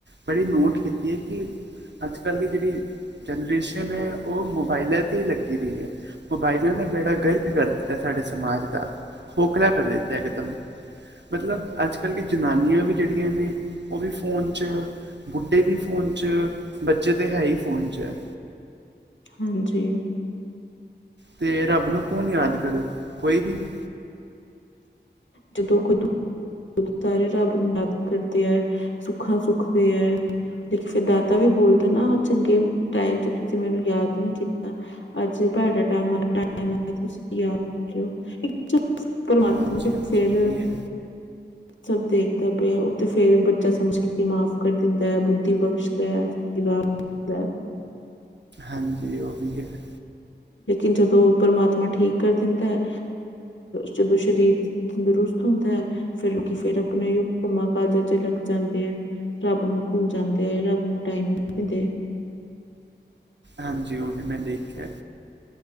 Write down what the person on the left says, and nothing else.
ਹਾਂਜੀ।
ਜਦੋਂ ਖੁਦ <unintelligible> ਸਾਰੇ ਰੱਬ ਨੂੰ ਯਾਦ ਕਰਦੇ ਹੈ, ਸੁੱਖਾ ਸੁੱਖਦੇ ਹੈ। ਲੇਕਿਨ, ਫਿਰ ਦਾਤਾ ਵੀ ਬੋਲਦੇ ਨਾ ਚੰਗੇ ਟਾਈਮ ਚ ਤੁਸੀਂ ਮੈਨੂੰ ਯਾਦ ਨਹੀਂ ਕੀਤਾ। ਅੱਜ ਤੁਹਾਡਾ ਟੈਮ, ਟੈਮ ਤੁਸੀਂ ਯਾਦ ਨੀ ਕਰਦੇ। ਪਰਮਾਤਮਾ
ਤੇ
ਫਿਰ
ਸਭ ਦੇਖਦਾ ਪਿਆ ਉਹ ਤੇ ਫੇਰ ਬੱਚਾ ਸਮਝ ਕੇ ਮਾਫ਼ ਕਰ ਦਿੰਦਾ ਹੈ ਬੁੱਧੀ ਬਖਸ਼ਦਾ। <unintelligible> <unintelligible>
ਲੇਕਿਨ, ਜਦੋਂ ਪਰਮਾਤਮਾ ਠੀਕ ਕਰ ਦਿੰਦਾ ਹੈ ਜਦੋਂ ਸਰੀਰ ਤੰਦਰੁਸਤ ਹੁੰਦਾ ਹੈ ਫਿਰ ਲੋਕ ਫੇਰ ਆਪਣੇ ਕੰਮਾਂ, ਕਾਜਾਂ ਚ ਲੱਗ ਜਾਂਦੇ ਹੈ। ਰੱਬ ਨੂੰ ਭੁੱਲ ਜਾਂਦੇ ਹੈ, ਰੱਬ ਨੂੰ ਟਾਈਮ ਦਿੰਦੇ।